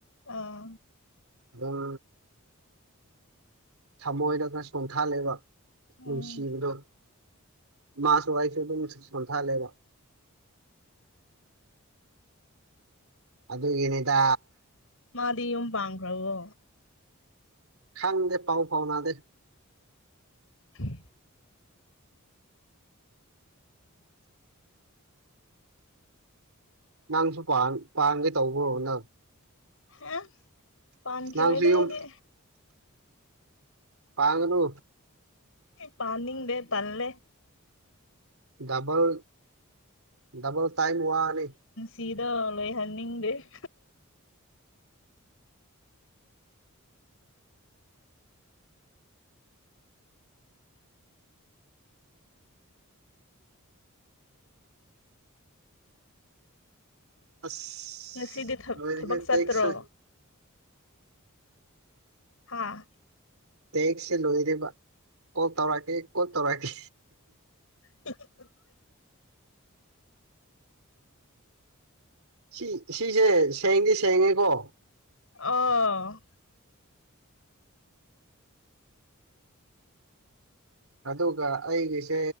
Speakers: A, on the left (about 70°); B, on the right (about 80°).
A: ꯑꯥ
B: ꯑꯗꯨꯝ ꯊꯃꯣꯏꯗ ꯈꯔ ꯆꯣꯡꯊꯜꯂꯦꯕ ꯅꯨꯡꯁꯤꯕꯗꯣ
A: ꯎꯝ
B: ꯃꯥꯁꯨ ꯑꯩꯁꯨ ꯁꯣꯟꯊꯍꯜꯂꯦꯕ ꯑꯗꯨꯒꯤꯅꯤꯗ
A: ꯃꯗꯤ ꯌꯨꯝ ꯄꯥꯡꯒ꯭ꯔꯕꯣ
B: ꯈꯪꯗꯦ ꯄꯥꯎ ꯐꯥꯎꯅꯥꯗꯦ
A: ꯎꯝ
B: ꯅꯪꯁꯨ ꯄꯥꯟꯒꯦ ꯇꯧꯕꯔꯣ ꯅꯪ
A: ꯍꯦ ꯄꯥꯟꯀꯤꯔꯣꯏꯗ
B: ꯅꯪꯁꯨ ꯌꯨꯝ
A: ꯑꯩꯗꯤ
B: ꯄꯡꯒꯅꯨ
A: ꯄꯥꯟꯅꯤꯡꯗꯦ ꯇꯜꯂꯦ
B: ꯗꯕꯜ ꯗꯕꯜ ꯇꯥꯏꯝ ꯋꯥꯅꯤ
A: ꯁꯤꯗꯣ ꯂꯣꯏꯍꯟꯅꯤꯡꯗꯦ
B: ꯑꯁ
A: ꯉꯁꯤꯗꯤ
B: ꯂꯣꯏꯔꯦꯍꯦ
A: ꯊꯕꯛ ꯆꯠꯇ꯭ꯔꯣ
B: ꯇꯦꯛꯁꯦ
A: ꯍꯥꯥ
B: ꯇꯦꯛꯁꯦ ꯂꯣꯏꯔꯤꯕ ꯀꯣꯜ ꯇꯧꯔꯛꯀꯦ ꯀꯣꯜ ꯇꯧꯔꯛꯀꯦ
A: <inaudible>
B: ꯁꯤ ꯁꯤꯁꯦ ꯁꯦꯡꯗꯤ ꯁꯦꯡꯉꯦꯀꯣ
A: ꯑ
B: ꯑꯗꯨꯒ ꯑꯩꯒꯤꯁꯦ